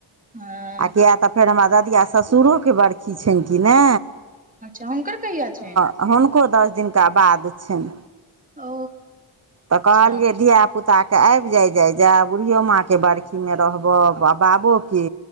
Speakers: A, on the right; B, on the right.
A: हँ
B: आ किए तऽ फेर हमरा ददिया ससुरो के बरखी छइन कि नै।
A: अच्छा हुनकर कहिया छएँ।
B: आर हुनको दस दिनका बाद छइन।
A: ओ
B: तऽ
A: अच्छा
B: कहलियै धियापुताके आइब जाइ जाइ जाय। बुढ़ियो माँ के बरखी में रहबब। बाबो के।